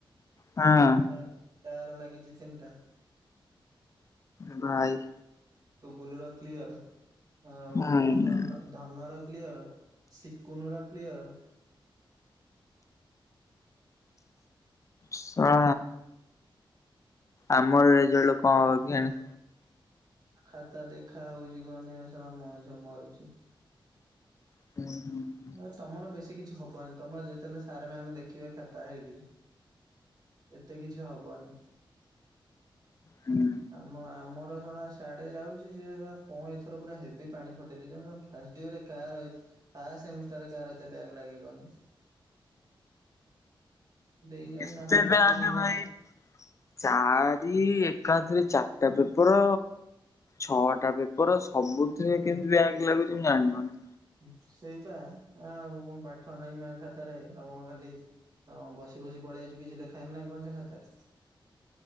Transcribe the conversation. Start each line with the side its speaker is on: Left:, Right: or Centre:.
Left: ହଁ।
Right: ତା ତାର ଲାଗିଚି ତିନିଟା।
Left: ଏ ଭାଇ।
Right: ତୁ ବୁଲୁବା କ୍ଲିୟର ଆଉ
Left: ହୁଁ।
Right: ଧନ ଧନର କ୍ଲିୟର। ସିକୁନୁର କ୍ଲିୟର।
Left: ସଆ ଆମରି ରେଜଲ୍ଟ କଣ ହବ କେଆଣି।
Right: ଖାତା ଦେଖା ହୋଉଚି ଗନେ ଏ ଶଳା ମଣିଷ ମରୁଚି।
Left: ଉହୁଁ
Right: ହେ ତମର ବେଶୀ କିଛି ହବାନି ତମର ଯେତେହେଲେ ସାରେ ମ୍ୟାମ୍ ଦେଖିବେ ଖାତା ଏଇଠି। ଏତେ କିଛି ହବନି
Left: ହୁଁ
Right: ଆମ ଆମର ଶଳା ସ୍ ସ୍ୟାଡେ ଯାଉଚି ସିଏ ଶଳା କଣ ଏଥର ପୁରା ହେବି ପାଣି ଫଟେଇ ଦେଇଚନ୍ତି ନା ଫାଷ୍ଟ ୟରରେ କାହାର ଏତେ ଫାଷ୍ଟ ସେମିଷ୍ଟାରରେ କାହାର ଏତେ ବ୍ୟାକ୍ ଲାଗେ କହନି। ଦେଇଛନ୍ତି
Left: ସେ
Right: ନାମ
Left: ଯେତଳେ
Right: ପଟିକି
Left: ଆସେ
Right: ନିଅ।
Left: ଭାଇ ଚାରି ଏକାଥରେ ଚାରଟା ପେପର ଛଅଟା ପେ ତୋର ସବୁଥିରେ କେମିତି ବ୍ୟାଗ୍ ଲାଗୁଚି ମୁଁ ଯାଣିପାରୁନି।
Right: ସେଇପା ଆ ମୁଁ କଣ ପାଠ ନାଇଁ ନା ଖାତାରେ ଆଉ କଁ ଖାଲି ଆଉ କଁ ବସିବସି ପଳେଇ ଆଇଚୁ କିଛି ଲେଖାହେଇନି ନା କଣ ସେ ଖାତାରେ।